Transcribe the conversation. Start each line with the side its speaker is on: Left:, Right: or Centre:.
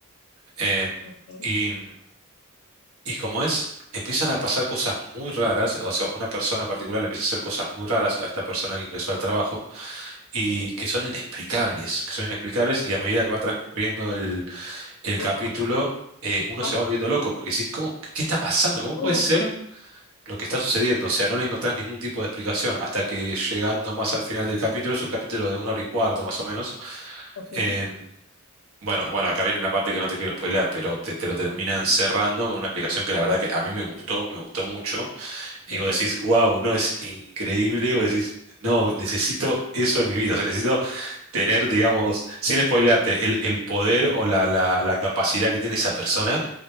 Right: Eh,
Left: ok,
Right: y, y como es, empiezan a pasar cosas muy raras, o sea, una persona particular le empieza a hacer cosas muy raras a esta persona que ingresó al trabajo y
Left: ya.
Right: que son inexplicables, que son inexplicables y a medida que va transcurriendo el, el
Left: <laughs>
Right: capítulo, eh, uno
Left: Ajá.
Right: se va volviendo loco porque decís, ¿cómo, qué está pasando? ¿Cómo
Left: Uh,
Right: puede ser? lo que está sucediendo, o sea, no le encontrás ningún tipo de explicación hasta que llegando más al final del capítulo, es un capítulo de una hora y cuarto más o menos,
Left: ok,
Right: em, bueno, bueno, acá viene la parte que no te quiero spoiler, pero te, te lo terminan
Left: ajá,
Right: cerrando con una explicación que la verdad que a mí me gustó, me gustó mucho. Y
Left: ok,
Right: vos decís, wow, no, es increíble. Vos decís, no, necesito eso en mi vida. O sea, necesito tener, digamos, sin spoilearte, el, el poder o la, la, la capacidad que tiene esa persona